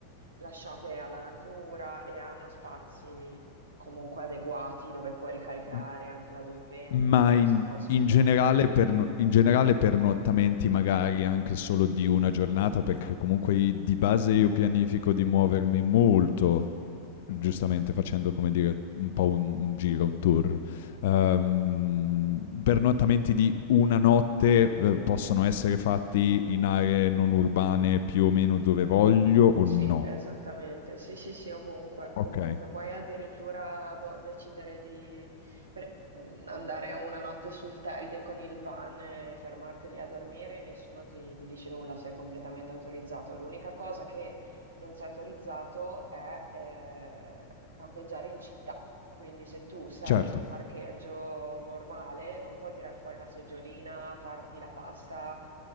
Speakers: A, on the right; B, on the left.
A: lasciate alla natura e hanno spazi comunque adeguati dove puoi ricaricare
B: M
A: anche la 220,
B: ma
A: sai,
B: in
A: queste cose sono
B: in
A: importanti.
B: generale per no in generale pernottamenti magari anche solo di una giornata, perché comunque i di base io pianifico di muovermi molto giustamente facendo come dire un po' un, un giro, un tour. Ehm, pernottamenti di una notte eh, possono essere fatti in aree non urbane più o meno dove voglio o
A: Sì,
B: no?
A: esattamente. Sì, sì, sì, ovunque,
B: Ok,
A: ovunque. Puoi addirittura boh, decidere di per- mm, andare una notte sul Teide con il van e fermarti lì a dormire, nessuno ti, ti dice nulla, sei completamente autorizzato. L'unica cosa che non sei autorizzato è eh, campeggiare in città. Quindi se tu sei
B: certo.
A: in un parcheggio normale, non puoi tirar fuori la seggiolina, farti la pasta,